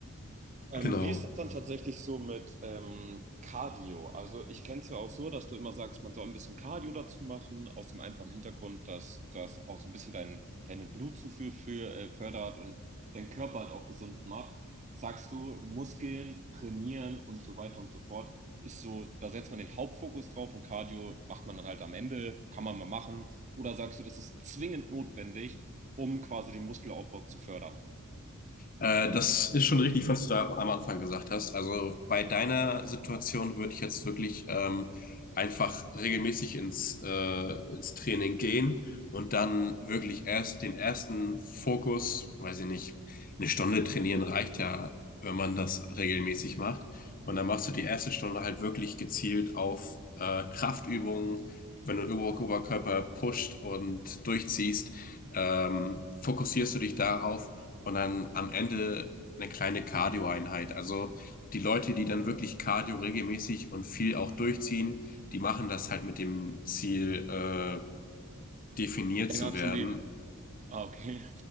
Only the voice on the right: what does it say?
Ähm,
wie ist das dann tatsächlich so mit ähm, Cardio? Also ich kenne es ja auch so, dass du immer sagst, man soll ein bisschen Cardio dazu machen, aus dem einfachen Hintergrund, dass das auch so ein bisschen dein, deine Blutzufuhr für, äh, fördert und deinen Körper halt auch gesund macht. Sagst du, Muskeln trainieren und so weiter und so fort, ist so, da setzt man den Hauptfokus drauf und Cardio macht man dann halt am Ende, kann man mal machen. Oder sagst du, das ist zwingend notwendig, um quasi den Muskelaufbau zu fördern,
länger
zu leben? Ah, okay.